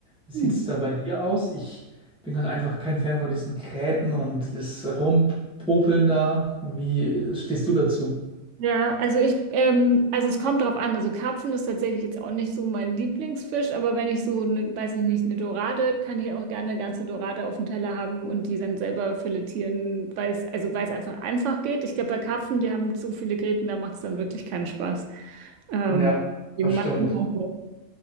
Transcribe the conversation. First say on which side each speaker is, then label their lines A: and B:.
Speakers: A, in the centre; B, on the right (about 65°).
A: Wie sieht
B: Hm.
A: es da bei dir aus? Ich bin halt einfach kein Fan von diesen Gräten und das Rumpopeln da. Wie stehst du dazu?
B: Ja, also ich, ähm, also es kommt drauf an. Also Karpfen ist tatsächlich jetzt auch nicht so mein Lieblingsfisch, aber wenn ich so, eine, weiß ich nicht, eine Dorade, kann ich auch gerne eine ganze Dorade auf dem Teller haben und die dann selber filetieren, weil es, also weil es einfach einfach geht. Ich glaube, bei Karpfen, die haben so viele Gräten, da macht es dann wirklich keinen Spaß. Ähm,
A: Ja,
B: deswegen
A: das
B: mag
A: stimmt.
B: ich auch so.